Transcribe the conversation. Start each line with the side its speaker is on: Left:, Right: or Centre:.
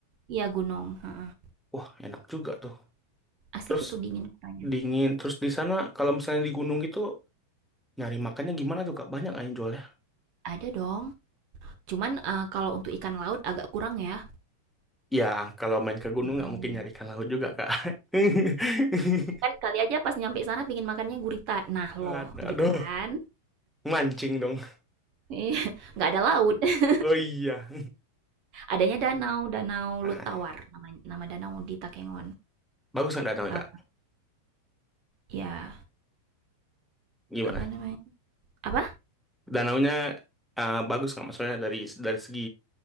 Right: iya gunung, heeh.
Centre: Wah, enak juga tuh.
Right: Asik
Centre: Terus
Right: itu dingin kotanya.
Centre: dingin, terus di sana kalau misalnya di gunung gitu nyari makannya gimana tuh Kak? Banyak nggak yang jualnya?
Right: Ada dong. Cuman eh, kalau untuk ikan laut agak kurang ya.
Centre: Ya, kalau main ke gunung
Right: Heeh.
Centre: nggak mungkin nyari ikan laut juga Kak. <laughs>
Right: Kan kali aja pas nyampe sana pingin makannya gurita. Nah,
Centre: Aduh,
Right: loh gitu kan.
Centre: mancing dong. <laughs>
Right: Iya, <laughs> nggak ada laut. <laughs>
Centre: Oh iya.
Right: Adanya danau, danau
Centre: Nah,
Right: Lutawar namanya, nama danau di Takengon.
Centre: Bagus nggak danaunya
Right: Eh,
Centre: kak?
Right: ya.
Centre: Gimana?
Right: Apa namanya? Apa?
Centre: Danaunya eh, bagus nggak? Maksudnya dari dari segi